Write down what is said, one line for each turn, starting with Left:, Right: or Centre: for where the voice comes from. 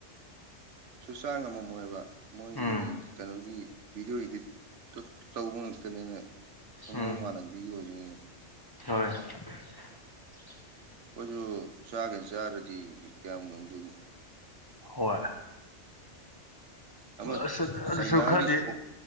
Right: ꯁꯨ ꯆꯥ ꯉꯝꯃꯝꯃꯣꯏꯕ ꯃꯣꯏꯒꯤ
Left: ꯎꯝ
Right: ꯀꯩꯅꯣꯒꯤ ꯚꯤꯗꯤꯑꯣ ꯏꯗꯤꯠ ꯇ ꯇꯧꯕ ꯉꯥꯛꯇꯅꯦꯃꯤ ꯁꯨꯝ
Left: ꯎꯝ
Right: ꯃꯑꯣꯡ ꯃꯥꯟꯍꯟꯕꯤ ꯑꯣꯏꯗꯨꯏꯅꯦꯃꯤ
Left: <inaudible>
Right: ꯈꯣꯏꯁꯨ ꯆꯥꯒꯦꯅ ꯆꯥꯔꯗꯤ ꯀꯌꯥꯝ ꯉꯝꯗꯣꯏꯅꯣ
Left: ꯍꯣꯏ
Right: ꯑꯃ
Left: ꯑꯁ ꯑꯗꯨꯁꯨ
Right: ꯆꯩꯅꯥꯒꯤ
Left: ꯈꯔꯗꯤ
Right: ꯁꯣꯛ